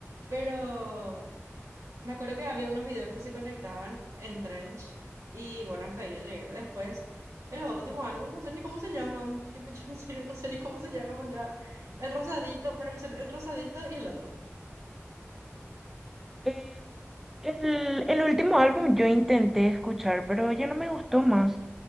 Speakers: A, on the right (about 85°); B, in the centre.
A: pero... Me acuerdo que había unos videos que se conectaban en Trench y bueno, hasta ahí yo llegué. Después, el último álbum, no sé ni cómo se llaman. Tipo, <laughs> yo en serio no sé ni cómo se llaman ya. El rosadito, para mí son el rosadito y el otro.
B: Eh, el, el último álbum yo intenté escuchar, pero ya no me gustó más.